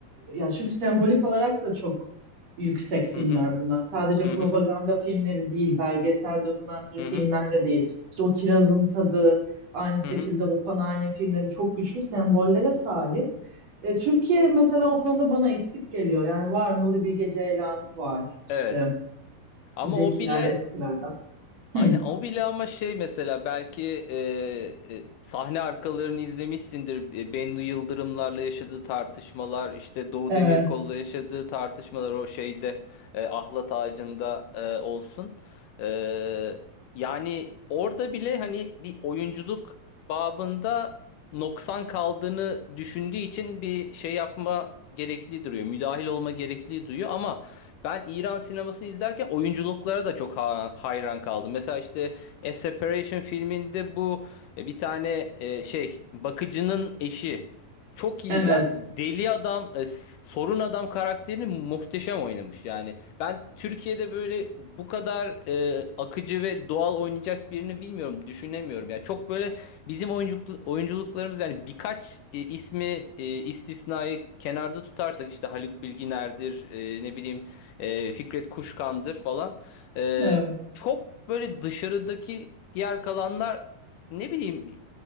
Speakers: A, on the right (about 50°); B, on the left (about 75°).
A: Ya çünkü sembolik olarak da çok yüksek filmler
B: Hı hı.
A: bunlar. Sadece
B: Hı
A: propaganda
B: hı.
A: filmleri değil, belgesel, dokümantary
B: Hı
A: filmler
B: hı.
A: de değil. İşte o Kirazın Tadı, aynı şekilde
B: Hı hı.
A: o Panarne filmleri çok güçlü sembollere sahip. E, Türkiye mesela o konuda bana eksik geliyor. Yani var Nuri Bilge Ceylan var, işte
B: Evet. Ama
A: Zekiler
B: o bile
A: eskilerden.
B: Aynen
A: Hı.
B: o bile ama şey mesela belki e, e, sahne arkalarını izlemişsindir. E, Bennu Yıldırımlarla yaşadığı tartışmalar, işte Doğu
A: Evet,
B: Demirkol'la yaşadığı tartışmalar o şeyde e, ahlat ağacında e, olsun. E, yani orada bile hani bir oyunculuk babında noksan kaldığını düşündüğü için bir şey yapma gerekli duruyor. Müdahil olma gerekli duyuyor ama ben İran sinemasını izlerken oyunculuklara da çok ha- hayran kaldım. Mesela işte A Separation filminde bu e, bir tane e, şey bakıcının eşi çok iyi
A: evet,
B: yani deli adam e, sorun adam karakterini muhteşem oynamış yani. Ben Türkiye'de böyle bu kadar e, akıcı ve doğal oynayacak birini bilmiyorum, düşünemiyorum. Yani çok böyle bizim oyunculuk, oyunculuklarımız yani birkaç e, ismi e, istisnayı kenarda tutarsak işte Haluk Bilginer'dir, e, ne bileyim e, Fikret Kuşkan'dır falan. E,
A: evet,
B: çok böyle dışarıdaki diğer kalanlar ne bileyim